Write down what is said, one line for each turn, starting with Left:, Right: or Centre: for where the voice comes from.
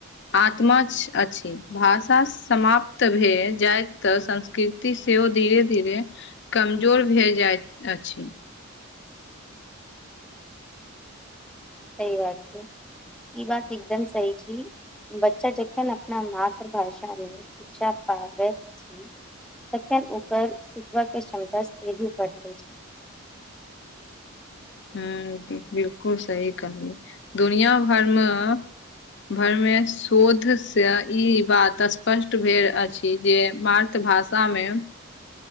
Left: आत्म अछि भाषा समाप्त <unintelligible> जाय तऽ संस्कृति सेहो धीरे-धीरे कमजोर भय जाइत अछि
Centre: सही बात छै ई बात एकदम सही छी बच्चा जखन अपना मातृभाषा मे शिक्षा पाबैत छी तखन ओकर सिखबाक क्षमता सेहो बढ़तै।
Left: हं बिलकुल सही कहलू दुनिया भरमे भरमे शोधसँ ई बात स्पष्ट भेल अछि जे मातृभाषा शामे